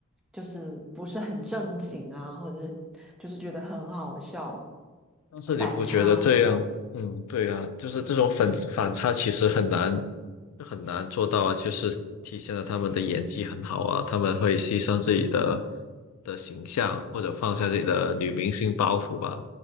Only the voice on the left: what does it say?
但是你不觉得这样？
嗯，对啊，就是这种反反差其实很难这很难做到啊，就是体现了他们的演技很好啊，他们会牺牲自己的的形象，或者放下自己的女明星包袱吧，